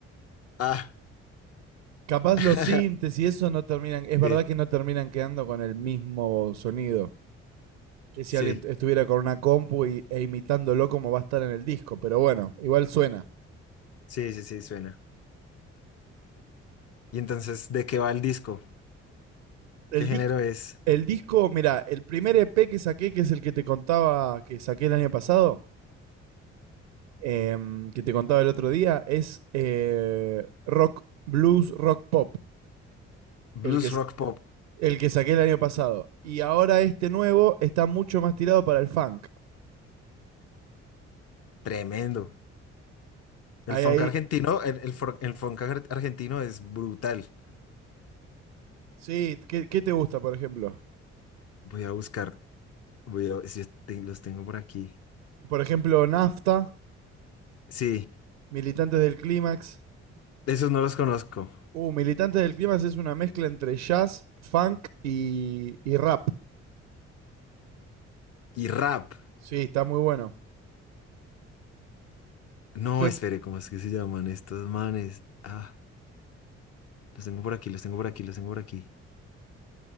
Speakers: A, on the left; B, on the right.
A: Ah,
B: Capaz
A: <laughs>
B: los sintes y eso no terminan, es verdad
A: sí,
B: que no terminan quedando con el mismo sonido. Que si
A: sí,
B: alguien estuviera con una compu y, e imitándolo como va a estar en el disco. Pero bueno, igual suena.
A: sí, sí, sí, suena. Y entonces, ¿de qué va el disco?
B: El
A: ¿Qué género
B: disco,
A: es?
B: el disco, mira, el primer EP que saqué, que es el que te contaba, que saqué el año pasado, em, que te contaba el otro día, es eh, rock, blues, rock pop, el
A: Blues
B: que,
A: rock pop.
B: el que saqué el año pasado. Y ahora este nuevo está mucho más tirado para el funk.
A: Tremendo.
B: Ahí,
A: El funk
B: ahí,
A: argentino, el, el, for- el funk ar- argentino es brutal.
B: sí, ¿qué, qué te gusta, por ejemplo?
A: Voy a buscar. Voy a- ver si te- los tengo por aquí.
B: Por ejemplo, Nafta,
A: Sí,
B: Militantes del Clímax.
A: esos no los conozco.
B: Uh, Militantes del Clima es una mezcla entre jazz, funk y, y rap.
A: Y rap.
B: Sí, está muy bueno.
A: No,
B: Yo,
A: espere, ¿cómo es que se llaman estos manes? Ah, los tengo por aquí, los tengo por aquí, los tengo por aquí.